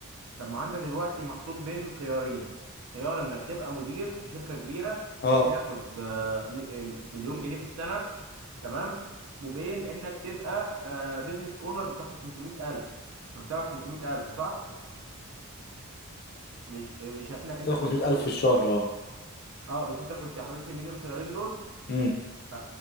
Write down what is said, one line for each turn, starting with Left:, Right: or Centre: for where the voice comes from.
Right: طب ما انت دلوقتي محطوط بين خيارين خيار انك تبقى مدير في شركة كبيرة
Left: اه
Right: بتاخد آه، م- آه، مليون جنيه في السنة تمام وبين انك تبقى بيزنس اونر بتاخد 500000 مكسبك 500000 صح مش آه، مش احنا انت كنت
Left: 500000
Right: حاططني
Left: في الشهر اه
Right: اه مش انت كنت حاططني بين الخيارين دول
Left: امم
Right: ف